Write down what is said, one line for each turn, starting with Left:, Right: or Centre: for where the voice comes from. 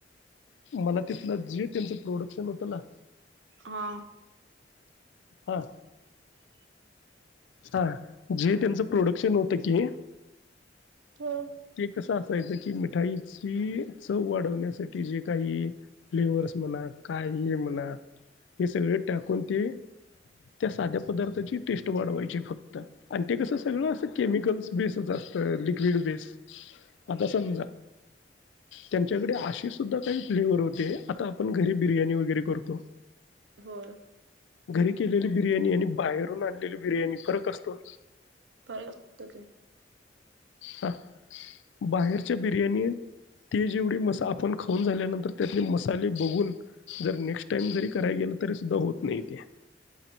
Left: मला तिथलं जे त्यांचं प्रोडक्शन होतं ना
Right: हा
Left: हा हा जे त्यांचं प्रोडक्शन होतं की
Right: होय
Left: ते कसं असायचं की मिठाईची चव वाढवण्यासाठी जे काही फ्लेवर्स म्हणा काय हे म्हणा हे सगळे टाकून ते त्या साध्या पदार्थाची टेस्ट वाढवायची फक्त आणि ते कसं सगळं अस केमिकल्स बेसच असतं लिक्विड बेस आता समजा त्यांच्याकडे अशे सुुद्धा काही फ्लेवर होते आता आपण घरी बिर्याणी वगैरे करतो
Right: हो
Left: घरी केलेली बिर्याणी आणि बाहेरून आणलेली बिर्याणी फरक असतो
Right: फरक असतो की
Left: हा बाहेरच्या बिर्याणी ते जेवढी मसाले आपण खाऊन झाल्यानंतर त्यातले मसाले बघून जर नेक्स्ट टाइम जरी कराय गे तरी सुद्धा होत नाही ते